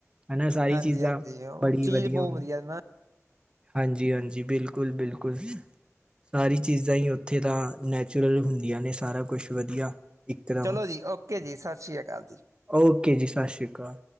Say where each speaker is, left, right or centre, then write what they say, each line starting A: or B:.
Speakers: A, on the right (about 20°); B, on the right (about 70°).
A: ਹਨਾ ਸਾਰੀ
B: ਹਾਂਜੀ
A: ਚੀਜ਼ਾਂ
B: ਹਾਂਜੀ ਉਹ
A: ਬੜੀ
B: ਚੀਜ਼
A: ਵਧੀਆ
B: ਬਹੁਤ
A: ਹੁੰਦ <unintelligible>
B: ਨਾ
A: ਹਾਂਜੀ-ਹਾਂਜੀ, ਬਿਲਕੁੱਲ-ਬਿਲਕੁੱਲ। ਸਾਰੀ ਚੀਜ਼ਾਂ ਈ ਓਥੇ ਤਾਂ ਨੈਚੁਰਲ ਹੁੰਦੀਆਂ ਨੇ ਸਾਰਾ ਕੁੱਛ ਵਧੀਆ। ਇਕਦਮ
B: ਚਲੋ ਜੀ, ਓਕੇ ਜੀ ਸਸ ਸ਼੍ਰੀ ਕਾਲ ਜੀ।
A: ਓਕੇ ਜੀ, ਸਤਿ ਸ੍ਰੀ ਅਕਾਲ।